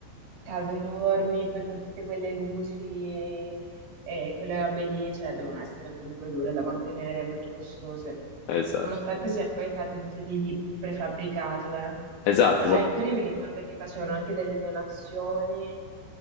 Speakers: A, on the right; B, on the left.
A: case enormi, poi con tutte quelle luci e, e quelle robe lì, cioè devono essere comunque dure da mantenere, molto costose,
B: esatto,
A: nonostante sia poi fatto tutto di prefabbricato, eh.
B: esatto,
A: Però
B: esatto.
A: alcuni mi ricordo che facevano anche delle donazioni